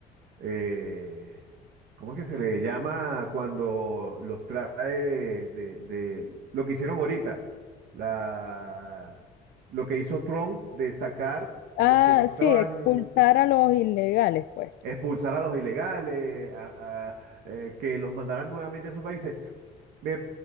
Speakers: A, on the right; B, on the left.
A: eh, ¿cómo es que se le llama cuando los trae de, de lo que hicieron ahorita? La, lo que hizo Trump de sacar
B: Ah,
A: los que no estaban,
B: sí, expulsar a los ilegales, pues.
A: expulsar a los ilegales, a- a, eh, que los mandaran nuevamente a sus países. Me,